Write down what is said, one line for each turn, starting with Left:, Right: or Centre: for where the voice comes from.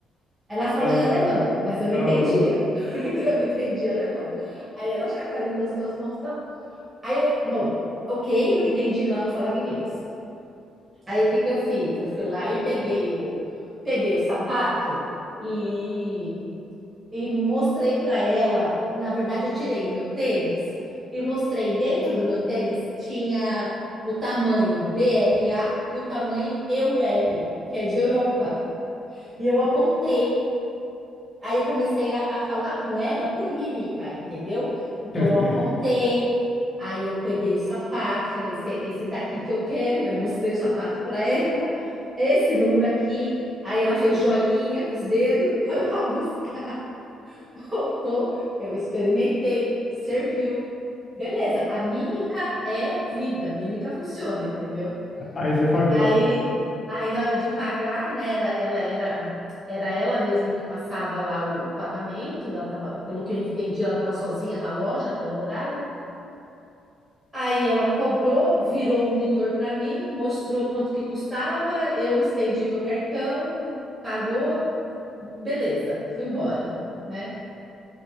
Right: ela falou
Left: Ela
Right: em
Left: não
Right: alemão,
Left: falou nada?
Right: mas eu não
Left: Ela
Right: entendia.
Left: falou?
Right: <laughs> Eu não entendia alemão. Aí ela chacoalhando as duas mãos, tá? Aí eu, bom, ok, eu entendi que ela não falava inglês. Aí o que que eu fiz? Eu fui lá e peguei o, peguei o sapato e, e mostrei para ela. Na verdade, eu tirei o meu tênis e mostrei dentro do meu tênis tinha o tamanho B R A e o tamanho E U R, que é de Europa. E eu apontei Aí eu comecei a, a falar com ela por mímica, entendeu? Então
Left: Meu
Right: eu
Left: Deus.
Right: apontei, aí eu peguei o sapato, falei, esse, esse daqui que eu quero, né? Mostrei o sapato para ela, <laughs> esse número aqui. Aí ela fez joinha com os dedos, foi lá <laughs> buscar, voltou. Eu experimentei, serviu. Beleza, a mímica é vida, mímica funciona, entendeu?
Left: Aí você pagou.
Right: Aí, aí na hora de pagar, né, era, ela era, era ela mesma que passava lá o, o pagamento, ela tava, pelo que eu entendi, ela estava sozinha na loja, aquele horário. Aí ela cobrou, virou o monitor para mim, mostrou quanto que custava, eu estendi meu cartão, pagou, beleza, fui embora, né?